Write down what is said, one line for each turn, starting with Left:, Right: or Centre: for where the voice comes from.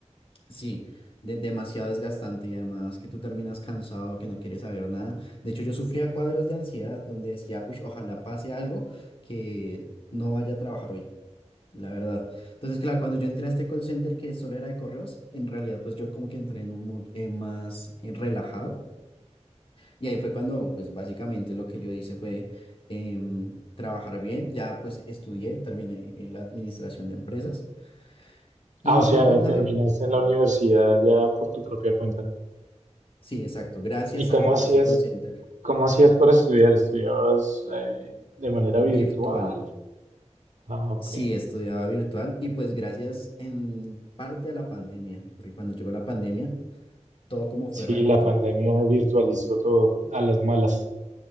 Left: Sí, de- demasiado desgastante y además que tú terminas cansado, que no quieres saber nada. De hecho, yo sufría cuadros de ansiedad donde decía, uy, ojalá pase algo que no vaya a trabajar hoy, la verdad. Entonces, claro, cuando yo entré a este call center que solo era de correos, en realidad pues yo como que entré en un mood eh, más eh, relajado y ahí fue cuando pues básicamente lo que yo hice fue em, trabajar bien, ya pues estudié, terminé en la administración de empresas y
Right: Ah, o sea,
Left: una
Right: terminaste
Left: vez,
Right: en la universidad ya por tu propia cuenta.
Left: sí, exacto, gracias
Right: ¿Y cómo
Left: a a
Right: hacías,
Left: ese call center.
Right: cómo hacías para estudiar? ¿Estudiabas eh, de manera
Left: Virtual.
Right: virtual? Ah, ok.
Left: Sí, estudiaba virtual y pues gracias en parte a la pandemia, porque cuando llegó la pandemia, todo como
Right: Sí,
Left: fue remoto.
Right: la pandemia virtualizó todo a las malas.